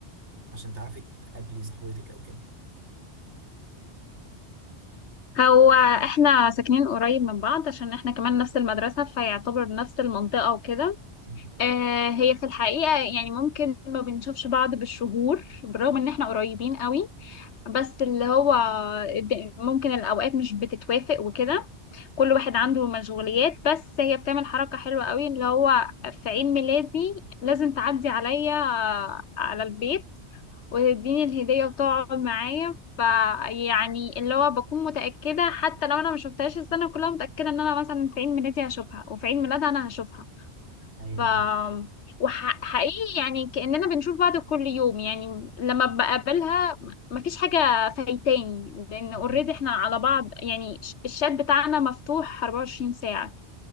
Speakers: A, on the right (about 85°); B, on the left (about 80°).
A: عشان تعرفي تقابلي صاحبتك او كده
B: هو احنا ساكنين قريب من بعض عشان احنا كمان نفس المدرسة فيعتبر نفس المنطقة وكده
A: <laughs> مم.
B: آه هي في الحقيقة يعني ممكن ما بنشوفش بعض بالشهور بالرغم ان احنا قريبين قوي بس اللي هو د- ممكن الأوقات مش بتتوافق وكده كل واحد عنده مشغوليات بس هي بتعمل حركة حلوة قوي اللي هو في عيد ميلادي لازم تعدي عليا آه، على البيت وتديني الهدية وتقعد معايا فيعني اللي هو بكون متأكدة حتى لو أنا مشوفتهاش السنة كلها متأكدة إن أنا مثلا في عيد ميلادي هشوفها وفي عيد ميلادها أنا هشوفها
A: ايوه
B: ف
A: ايوه
B: وحقيقي يعني كأننا بنشوف بعض كل يوم يعني لما بقابلها مفيش حاجة فايتاني لأن
A: <laughs>
B: اوريدي
A: مم.
B: احنا على بعض يعني ش- الشات بتاعنا مفتوح 24 ساعة